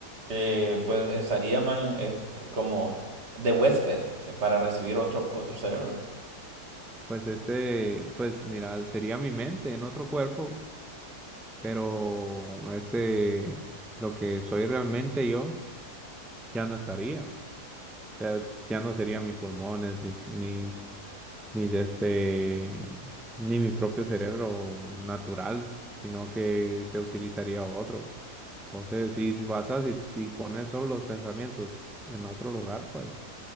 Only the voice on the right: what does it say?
Eh, pues estaría, man, eh, como de huésped eh, para recibir otro, otro cerebro.